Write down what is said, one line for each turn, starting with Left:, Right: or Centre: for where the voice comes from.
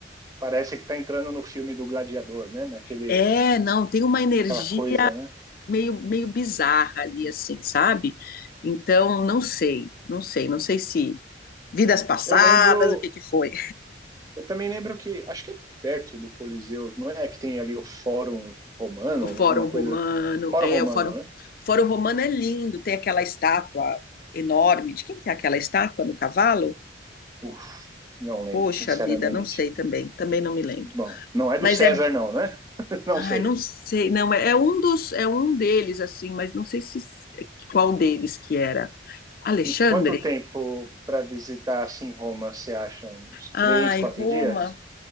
Right: parece que tá entrando no filme do Gladiador, né? Naquele
Left: É, não, tem uma energia
Right: aquela coisa, né?
Left: meio, meio bizarra ali, assim, sabe? Então, não sei, não sei, não sei se vidas passadas,
Right: Eu lembro,
Left: o que que foi.
Right: eu também lembro que acho que é perto do Coliseu, não é que tem ali o Fórum Romano,
Left: O Fórum
Right: alguma coisa
Left: Romano,
Right: Fórum
Left: é,
Right: Romano,
Left: o Fórum, o
Right: né?
Left: Fórum Romano é lindo, tem aquela estátua enorme. De quem que é aquela estátua no cavalo?
Right: Uf, não lembro,
Left: Poxa
Right: sinceramente.
Left: vida, não sei também, também não me lembro.
Right: Bom, não é do
Left: Mas
Right: César
Left: é,
Right: não, né? <laughs> Não
Left: ai,
Right: sei.
Left: não sei, não, é, é um dos, é um deles assim, mas não sei se qual deles que era. Alexandre?
Right: E quanto tempo para visitar assim Roma, você acha? Uns
Left: Ai,
Right: três, quatro
Left: Roma,
Right: dias